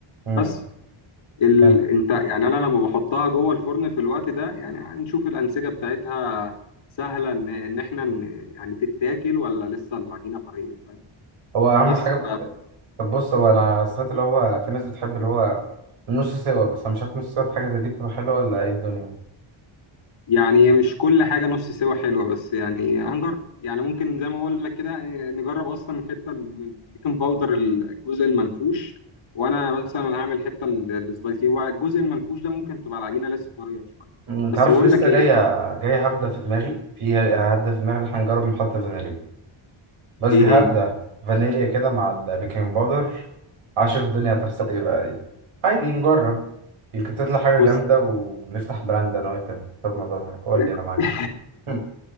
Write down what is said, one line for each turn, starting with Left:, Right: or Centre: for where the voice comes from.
Right: امم
Left: بس ال...
Right: فهمت
Left: انت يعني انا لما بحطها جوه الفرن في الوقت ده يعني هنشوف الانسجه بتاعتها سهله ان ان احنا ن- يعني تتاكل ولا لسه العجينه طريه فاهم
Right: هو أهم
Left: بس
Right: حاجة
Left: ف...
Right: طب بص هو انا سمعت اللي هو في ناس بتحب اللي هو النص سوا بس انا مش عارف نص سوا في حاجه زي دي بتبقى حلوه ولا ايه الدنيا
Left: يعني مش كل حاجة نص سوا حلوة بس يعني هنجرب يعني ممكن زي ما بقول لك كده إيه، نجرب أصلا الحتة ال- البيكنج باودر الجزء المنفوش وأنا مثلا هعمل حتة ال- السبايسي هو الجزء المنفوش ده ممكن تبقى العجينة لسه طرية شوية
Right: أمم، انت
Left: بس
Right: عارف
Left: بقول
Right: لسه
Left: لك إيه
Right: جايه جايه هبده في دماغي في هبده في دماغي ان احنا نجرب نحط فانيليا بس
Left: إيه
Right: دي هبده
Left: هي
Right: فانيليا كده مع البيكنج باودر عشان الدنيا هتحصل ايه بقى ايه عادي نجرب يمكن تطلع حاجه جامده
Left: بص
Right: ونفتح براند انا وانت في الموضوع قول
Left: <laughs>
Right: لي انا معاك <laughs> أمم،